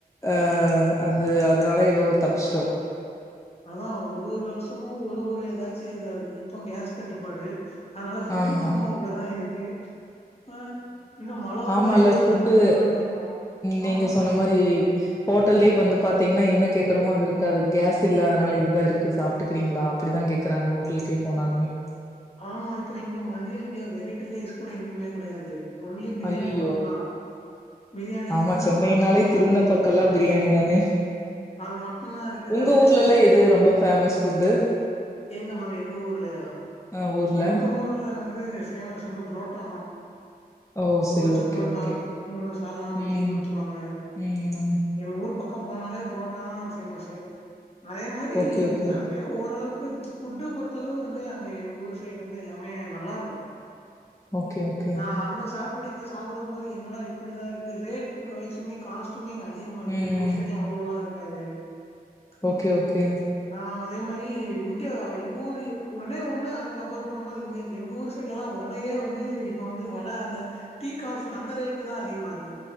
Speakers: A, on the left (about 20°); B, on the left (about 40°).
A: அ அது அதுனால ஏதோ தப்சிட்டோ
B: அதா ஒரு ஒரு வருஷமு ஒரு ஒரு ஏதாச்சி இதா இருக்கு இப்போ கேஸ் தட்டுப்பாடு அதனால ஃபுட்
A: ஆமா
B: இப்பமும் அப்டிதா இருக்கு ஆ இன்னும் மழ வந்தா
A: ஆமால்ல
B: இதோட
A: ஃபுட்டு
B: டபுள் மடங்கா இருக்கு
A: நீங்க
B: ஆமா
A: சொன்ன
B: மேம்
A: மாரி ஹோட்டல்லயே இப்ப வந்து பாத்தீங்னா என்ன கேக்குறமோ அது இருக்காது கேஸ் இல்லாதனால இதுதா இருக்கு சாப் ட்டுக்ரிங்ளா அப்டிதா கேக்குறாங்க ஹோட்டல்க்கே போனாலுமே
B: ஆமா இப்போ இங்க மதியோ இங்க வெரைட்டி ரைஸ் கூட எங்கேயுமே கெடையாது ஒன்லி பிரியாணி
A: ஐயயோ
B: மட்டுந்தா பிரியாணி
A: ஆமா
B: இருந்தா
A: சென்னைனாலே
B: சாப்ட்டுக்குவாங்க
A: திரும்புன பக்கல்லா
B: ஆ
A: பிரியாணி தானே
B: அது மட்டுந்தா இருக்கு
A: உங்க
B: வேற
A: ஊர்லல்லா
B: வெரைட்டி
A: எது ரொம்ப ஃபேமஸ் ஃபுட்டு
B: எங்க மேம் எங்க ஊர்லையா
A: அ ஊர்ல
B: எங்க ஊர்ல வந்து ஃபேமஸ் வந்து புரோட்டாதா
A: ஓ சரி
B: பொரிச்ச
A: ஓகே
B: புரோட்டா
A: ஓகே
B: மூணு சால்னா ஊத்தி
A: ம்
B: குடுத்துருவாங்க
A: ம்
B: எங்க ஊர் பக்கோ போனாலே புரோட்டாதா ஃபேமஸ் அதே மாரி
A: ஓகே ஓகே
B: இல்லாம ஏ ஓரளவுக்கு ஃபுட்டு பொறுத்தளவு வந்து அங்க எங்க ஊர் சைடு வந்து எல்லாமே நல்லாருக்கு
A: ஓகே ஓகே
B: நா அங்க சாப்புட்டு இங்க சாப்புடும் போது என்னடா இப்டிதா இருக்கு ரேட் உங்க வய்சுமே காஸ் ட்டுமே இங்க அதிகமாருக்கு
A: ம்
B: எங்க ஊர் சைடுல்லா அவ்ளோலா இருக்காது ம்
A: ஓகே ஓகே
B: ஆ அதே மாரி இங்க எங்க ஊரு ஒன்னே ஒன்னு அங்க கம்பேர் பண்ணும் போது இங்க எங்க ஊர் சைடுலலா வடையே வந்து இப்ப வந்து வட அந்த டீ காஃபி அந்த ரேட்டு தா அதிகமா இருக்கு